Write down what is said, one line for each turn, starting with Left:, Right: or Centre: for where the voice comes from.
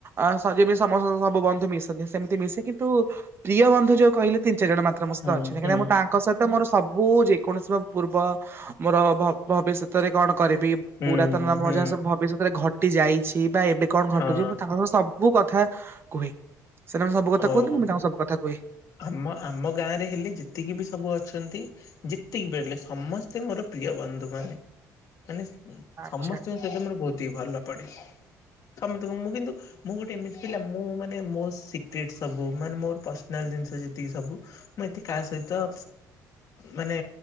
Right: ଅ ଯେମିତି ସମସ୍ତେ ସବୁ ବନ୍ଧୁ ମିଶନ୍ତି, ସେମିତି ମିଶେ, କି ତୁ, ପ୍ରିୟ ବନ୍ଧୁ ଯୋଉ କହିଲେ ତିନି ଚାରି ଜଣ ମାତ୍ର ମୋ ସହିତ
Left: ହୁଁ
Right: ଅଛନ୍ତି, କାହିଁକି
Left: ହୁଁ
Right: ନା ମୁଁ ତାଙ୍କ ସହିତ ମୋର ସବ୍ ମୁଁ ଯେକୌଣସି ମୋ ପୂର୍ବ, ମୋର ଭବିଷ୍ୟତରେ କଣ କରିବି
Left: ହୁଁ
Right: ପୁରାତନ ବା ମୋ
Left: ହୁଁ
Right: ଯାହା ସବୁ ଭବିଷ୍ୟତରେ ଘଟି ଯାଇଛି ବା ଏବେ କଣ ଘଟୁଚି,
Left: ହଁ
Right: ମୁଁ ତାଙ୍କ ସହ ସବ୍ ସବୁ କଥା କୁହେ, ସେ ତାଙ୍କୁ ସବୁ କଥା
Left: ଓହୋ।
Right: କୁହନ୍ତି, ମୁଁବି ତାଙ୍କୁ ସବୁ କଥା କୁହେ।
Left: ଆମ ଆମ ଗାଁ ରେ ହେଲେ ଯେତିକି ବି ସବୁ ଅଛନ୍ତି ଯେତିକି ବେଳିଲେ ସମସ୍ତେ ମୋର ପ୍ରିୟ ବନ୍ଧୁ ମାନେ, ମାନେ
Right: ଆଚ୍ଛା।
Left: ସମସ୍ତେ ସେ ତମର ବହୁତ ହି ଭଲ ପଡେ। ସମସ୍ତଙ୍କୁ, ମୁଁ କିନ୍ତୁ, ମୁଁ ଗୋଟେ ଏମିତି ପିଲା, ମୁଁ ମାନେ ମୋ ଶି ପିଟି ସବୁ, ମାନେ ମୋର ପର୍ସନାଲ ଜିନିଷ ଯେତିକି ସବୁ, ମୁଁ ଏଥି କାହା ସହିତ ମାନେ